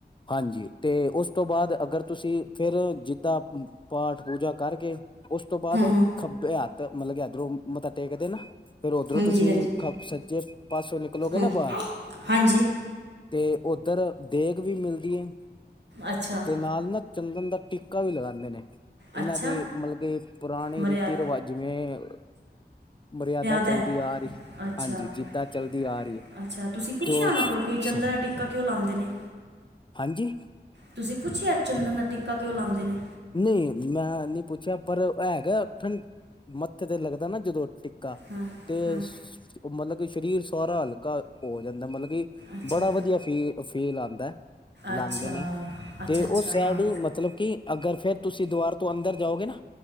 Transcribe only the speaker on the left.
ਹਾਂਜੀ ਤੇ ਓਸ ਤੋਂ ਬਾਦ ਅਗਰ ਤੁਸੀਂ ਫਿਰ ਜਿੱਦਾਂ ਮ ਪਾਠ ਪੂਜਾ ਕਰਕੇ, ਓਸ ਤੋਂ ਬਾਦ
ਖੱਬੇ ਹੱਥ ਮਤਲਬ ਕਿ ਇਧਰੋਂ ਮੱਥਾ ਟੇਕਦੇ ਨਾ ਫੇਰ ਉਦਰੋ
ਤੁਸੀਂ
ਸੱਜੇ ਪਾਸੇ ਨਿਕਲੋਗੇ
ਨਾ ਬਾਰ
ਤੇ ਓਧਰ ਦੇਗ ਵੀ ਮਿਲਦੀ ਐ
ਤੇ ਨਾਲ ਨਾ ਚੰਦਨ ਦਾ ਟਿੱਕਾ ਵੀ ਲਗਾਂਦੇ ਨੇ।
ਐਨਾਂ ਦੀ ਮਤਲਬ ਕਿ ਪੁਰਾਣੀ
ਰੀਤੀ ਰਿਵਾਜ ਜਿਵੇਂ, ਮਰਿਆਦਾ
ਚੱਲਦੀ ਆ ਰਹੀ
ਹਾਂਜੀ ਜਿੱਦਾਂ ਚੱਲਦੀ ਆ ਰਹੀ ਹੈ
ਤੇ ਉਹ
ਸ-
ਹਾਂਜੀ?
ਨੀ ਮੈਂ ਨੀ ਪੁੱਛਿਆ ਪਰ ਆ ਹੈਗਾ ਠੰ ਮੱਥੇ ਤੇ ਲੱਗਦਾ ਨਾ ਜਦੋਂ ਟੀ ਕਾ,
ਤੇ
ਸ ਮਤਲਬ ਕਿ ਸਰੀਰ ਸਾਰਾ ਹਲਕਾ ਹੋ ਜਾਂਦੈ ਮਤਲਬ ਕੀ
ਬੜਾ ਵਧੀਆ ਫੀ ਫੀਲ ਆਦੈ।
ਲਾਂਦੈ ਨੇ,
ਤੇ
ਓ ਸੈਡ
ਈ ਮਤਲਬ ਕੀ ਅਗਰ ਫੇਰ ਤੁਸੀਂ ਦੀਵਾਰ ਤੋਂ ਅੰਦਰ ਜਾਓਗੇ ਨਾ